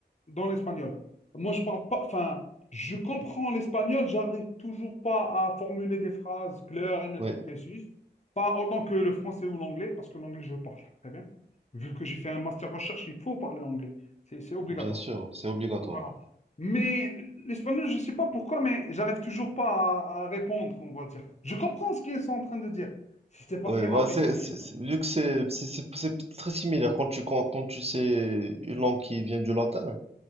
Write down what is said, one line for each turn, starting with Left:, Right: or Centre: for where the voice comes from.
Left: dans l'espagnol. Moi, je parle pas, enfin, je comprends l'espagnol, j'arrive toujours pas à formuler des phrases claires et nettes
Right: Oui,
Left: et précises, pas autant que le français ou l'anglais, parce que l'anglais, je parle très bien. Vu que j'ai fait un master recherche, il faut parler anglais, c'est c'est obligatoire.
Right: bien sûr, c'est obligatoire.
Left: voilà. Mais l'espagnol, je sais pas pourquoi, mais j'arrive toujours pas à, à répondre, on va dire. Je comprends ce qu'ils sont en train de dire. C'était pas
Right: Oui,
Left: très
Right: bah
Left: rapide
Right: c'est,
Left: aussi.
Right: c'est- c'est- vu que c'est c'est c'est- c'est très similaire quand tu quand, quand tu sais une langue qui vient du latin,